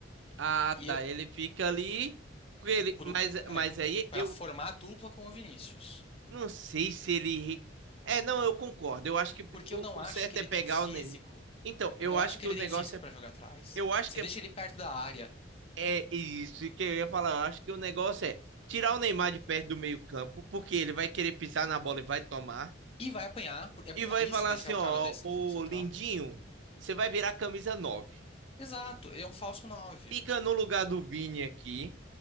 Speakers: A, on the right; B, on the left.
A: Ah,
B: E
A: tá.
B: eu-
A: Ele fica ali. com Ele,
B: pro,
A: mas,
B: é,
A: mas aí
B: para
A: eu
B: formar a dupla com o Vinícius.
A: Não sei se ele. re- É, não, eu concordo. Eu acho que
B: Porque
A: o,
B: eu não
A: o
B: acho
A: certo
B: que ele
A: é pegar
B: tem físico.
A: o Neymar. Então,
B: Eu
A: eu
B: não
A: acho
B: acho
A: que
B: que ele
A: o negócio
B: tem físico
A: é.
B: pra jogar atrás.
A: Eu acho
B: Você
A: que
B: deixa
A: é,
B: ele perto da área
A: é isso que eu ia falar. Eu acho que o negócio é tirar o Neymar de perto do meio-campo, porque ele vai querer pisar na bola e vai tomar.
B: e vai apanhar. por- É
A: E
B: burrice
A: vai falar
B: deixar
A: assim: ó,
B: um cara desse
A: ô
B: no jogo central.
A: Lindinho, você vai virar camisa 9.
B: Exato, é um falso nove.
A: Fica no lugar do Vini aqui,